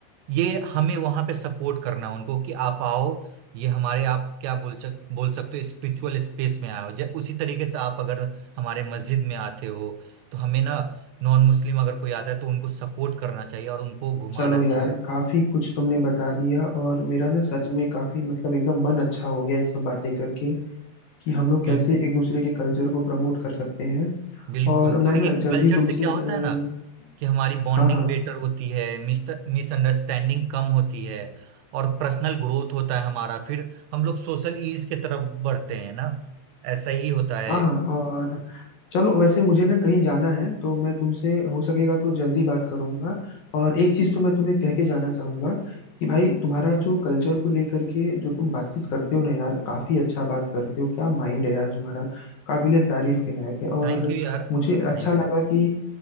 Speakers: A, on the right; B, on the left.
A: ये हमें वहां पे सपोर्ट करना उनको कि आप आओ ये हमारे आप क्या बोल सक बोल सकते हो स्पिरिचुअल स्पेस में आओ जब उसी तरीके से आप अगर हमारे मस्जिद में आते हो तो हमें ना नॉन मुस्लिम अगर कोई आता है तो उनको सपोर्ट करना चाहिए और उनको घुमाना
B: चलो
A: चाहिए
B: यार काफी कुछ तुमने बता दिया और मेरा ना सच में काफी मतलब एकदम मन अच्छा हो गया ये सब बातें करके कि हम लोग
A: बिल,
B: कैसे एक दूसरे के कल्चर को प्रमोट कर सकते हैं
A: बिल्कुल
B: और
A: और
B: मैं ना
A: ये
B: जल्दी
A: कल्चर
B: तुमसे
A: से क्या
B: अ,
A: होता है ना कि हमारी बॉन्डिंग
B: हाँ हाँ
A: बेटर होती है मिसअंडरस्टैंडिंग कम होती है और पर्सनल ग्रोथ होता है हमारा फिर हम लोग सोशल ईज की तरफ बढ़ते हैं ना ऐसा ही होता है
B: हाँ हाँ और चलो वैसे मुझे ना कहीं जाना है तो मैं तुमसे हो सकेगा तो जल्दी बात करूंगा और एक चीज तो मैं तुम्हें कह के जाना चाहूंगा कि भाई तुम्हारा जो कल्चर को लेकर के जो तुम बातचीत करते हो ना यार काफी अच्छा बात करते हो क्या माइंड है यार तुम्हारा काबिलियत तारीफ के लायक है और
A: थैंक यू यार
B: मुझे अच्छा
A: थैंक
B: लगा
A: यू
B: कि